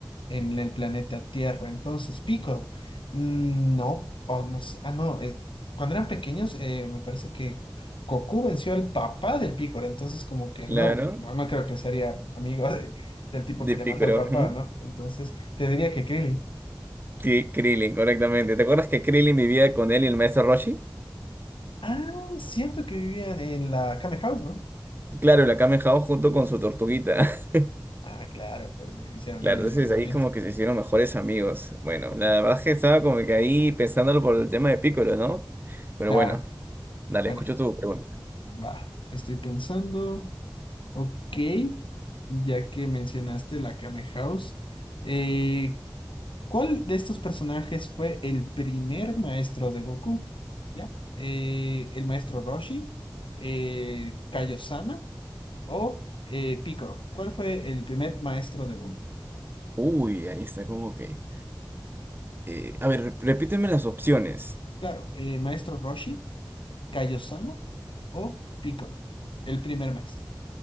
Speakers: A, on the left; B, on the right.
A: en el planeta Tierra. Entonces, Pícoro, mm, no, o no sé, ah, no, eh, cuando eran pequeños, eh, me parece que Goku venció al papá de Pícoro, entonces como que
B: Claro,
A: no, no, no creo que sería amigo de- del tipo
B: de
A: que le
B: Pícoro.
A: mata al papá,
B: ujú.
A: ¿no? Entonces, te diría que Krillin.
B: Ki- Krillin, correctamente. ¿Te acuerdas que Krillin vivía con él y el maestro Roshi?
A: Ah, siento que vivían en la Kame House, ¿no?
B: Claro, y la Kamen Hao junto con su tortuguita. <laughs>
A: Ah, claro, pues eh, hicieron
B: Claro,
A: ahí el
B: entonces
A: entrenamiento.
B: ahí como que se hicieron mejores amigos. Bueno, la verdad es que estaba como que ahí pensándolo por el tema de Piccolo, ¿no? Pero
A: Claro,
B: bueno, dale,
A: bueno,
B: escucho tu pregunta.
A: va, estoy pensando. Ok, ya que mencionaste la Kame House, eh, ¿cuál de estos personajes fue el primer maestro de Goku? ¿Ya? Eh, ¿el maestro Roshi, eh, Kaiosama o eh, Piccolo? ¿Cuál fue el primer maestro de Goku?
B: Uy, ahí está como que... eh, a ver, repíteme las opciones.
A: Claro, eh, maestro Roshi, Kaiosama o Piccolo, el primer maestro.